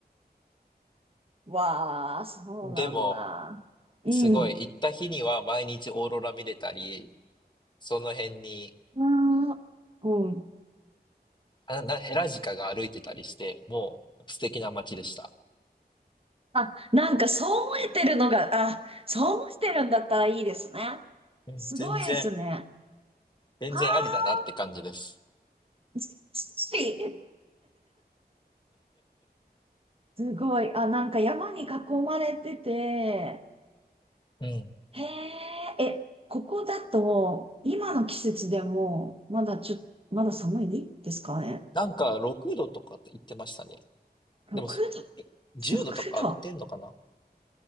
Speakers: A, on the right; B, on the left.
A: わあ、そうなんだ。
B: でも、
A: うん。
B: すごい、行った日には毎日オーロラ見れたり、その辺に、
A: ああ、うん。
B: あな、ヘラジカが歩いてたりして、もう素敵な街でした。
A: あ、なんかそう思えてるのが、あ、そう思ってるんだったらいいですね。
B: うん、
A: すごいですね。
B: 全然、全然ありだなって感じです。
A: ああ、ずずっしすごい。あ、なんか山に囲まれてて、
B: うん。
A: へえ、え、ここだと、今の季節でも、まだちょ、まだ寒いですかね。
B: なんか6度とかって言ってましたね。
A: 6度
B: でもそんなに10度とか上がってんのかな
A: ?6 度あ